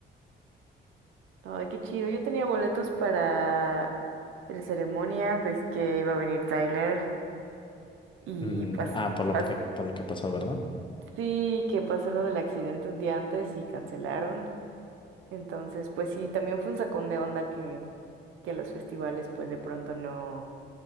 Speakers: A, on the right; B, on the left.
A: Ay, qué chido. Yo tenía boletos para el ceremonia, ves que iba a venir Tyler y
B: Mm,
A: pas,
B: ah, por lo
A: pas-
B: que, por lo que pasó, ¿verdad?
A: sí, que pasó lo del accidente un día antes y cancelaron. Entonces, pues sí, también fue un sacón de onda que, que los festivales pues de pronto no,